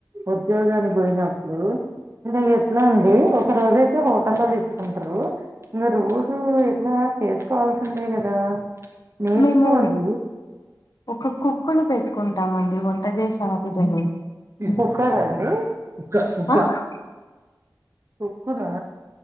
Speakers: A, on the right; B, on the left.
A: ఉద్యోగానికి పోయినప్పుడు ఎట్లా అండి ఒక రోజు అయితే హోటల్ లో తెచ్చు కుంటరు ఇగా రోజు ఎట్లా చేసుకోవాల్సిందే కదా నేర్చుకోండి
B: మేము ఒక కుక్కను పెట్టుకుంటమండీ వంట చేసి <unintelligible>
A: కుక్కరా అండి కుక్క కుక్కునా